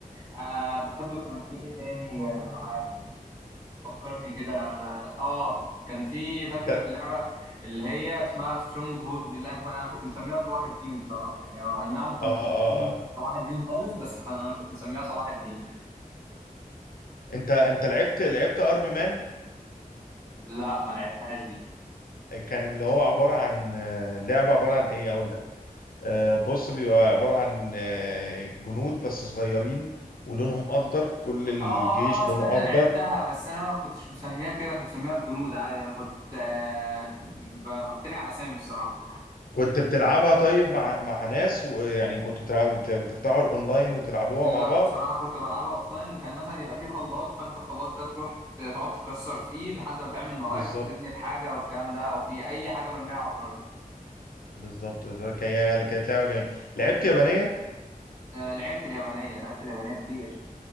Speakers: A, on the right; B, on the left.
A: آه، برضو كان في ايه تاني آه، فكرني كده انا اه كان في فاكر
B: انت
A: اللعبه اللي هي اسمها سترونج هولد اللي احنا- انا كنت مسميها صلاح الدين بصراحه يعني هو اي نعم كانوا
B: اه اه
A: مستضيفين مش
B: اه
A: صلاح الدين خالص بس انا أنا كنت مسميها صلاح الدين
B: انت انت لعبت لعبت ارمي مان
A: لا ما لعبتهاش دي
B: كان اللي هو عبارة عن آه، لعبة عبارة عن ايه اقول لك آه، بص بيبقى عبارة عن آه، جنود بس صغيرين ولونهم اخضر كل
A: اه
B: الجيش
A: اه آه، استنى
B: لونه اخضر
A: لعبتها بس انا ما كنتش مسميها كده كنت مسميها الجنود عادي انا كنت آه، ب- بخترع اسامي الصراحه
B: كنت بتلعبها طيب مع مع ناس ويعني كنت بتلعب بت- بتفتحوا الاونلاين وتلعبوها
A: لا
B: مع بعض
A: بصراحه كنت بلعبها اوفلاين وكان مثلا يبقى فيه خلاط فانت الخلاط ده تروح ت- تقعد تكسر فيه لحد ما تعمل موارد
B: بالظبط
A: تبني الحاجه والكلام ده او في اي حاجه مرميه على الارض
B: بالظبط ده كان- هي اللي كانت لعبه جميله لعبت يابانيه
A: آه، لعبت اليابانيه لعبت اليابانيه كتير